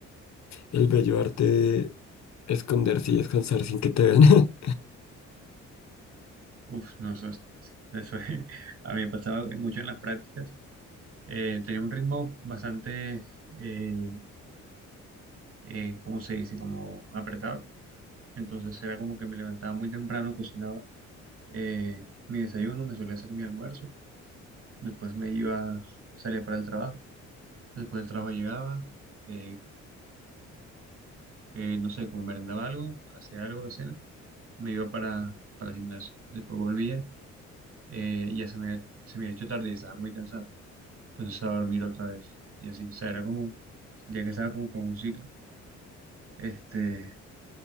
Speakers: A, on the left; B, on the right.
A: el bello arte de esconderse y descansar sin que te vean. <laughs>
B: Uf, no, sé eso es- <laughs> a mí me pasaba mucho en las prácticas. Eh, tenía un ritmo bastante, eh, eh, ¿cómo se dice? Como apretado. Entonces era como que me levantaba muy temprano, cocinaba eh, mi desayuno, me solía hacer mi almuerzo. Después me iba, salía para el trabajo. Después del trabajo llegaba eh, eh, no sé, como merendaba algo, hacía algo de cena, me iba para, para el gimnasio. Después volvía, eh, ya se me, había- se me había hecho tarde y estaba muy cansado. Entonces a dormir otra vez. Y así, o sea, era como, sentía que estaba como con un ciclo. Este,